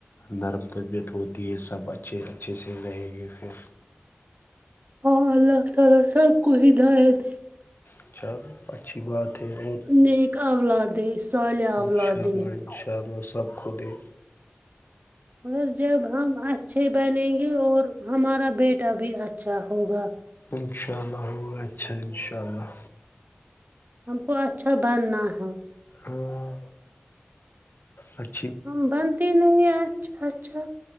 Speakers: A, on the left; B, on the right.
A: نرم طبیعت ہوتی ہے سب اچھے اچھے سے رہیں گے پھر
B: ہاں اللہ تعالی سب کوئی د ہے د
A: ا چل اچھی بات ہے اور
B: نیک اولاد دے صالح اولاد
A: اشاء
B: دے
A: اللہ ان شاء اللہ سب خود ہے
B: مگر جب ہم اچھے بنیں گے اور ہمارا بیٹا بھی اچھا ہوگا
A: اشاء اللہ ہو گچا ان شاء اللہ
B: ہم کو اچھا بننا ہے
A: ہوں اچھا
B: ہم بنتے نہیں اچھا اچھا